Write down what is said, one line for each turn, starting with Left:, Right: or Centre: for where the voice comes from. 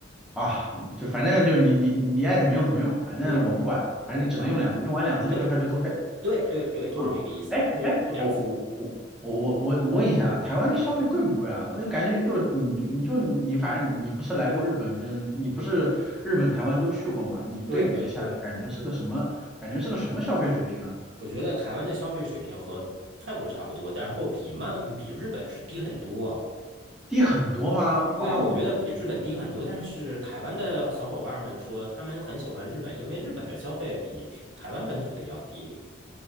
Centre: 啊，就反正就你你你你爱怎么用怎么用，反正我不管，
Right: 对，
Centre: 反正你只能用两次，
Right: 我不管。
Centre: 用完两次这个票就作废。
Right: 对对对对，
Centre: 啊，
Right: 就是这个意思，
Centre: 哎哎，
Right: 就就两次。
Centre: 我我我我我我我问一下，台湾消费贵不贵啊？
Right: 嗯，
Centre: 我就感觉就你就你就你，反正你不是来过日本跟你不是日本、台湾都去过嘛？你对比一下，
Right: 对对对。
Centre: 感觉是个什么？感觉是个什么消费水平啊？
Right: 我觉得台湾的消费水平和泰国差不多，然后比曼比日本是低很多啊
Centre: 低很多吗？
Right: 对啊，
Centre: 哇哦，
Right: 我觉得比日本低很多，但是台湾的小伙伴们说他们很喜欢日本，因为日本的消费比台湾本土的要低。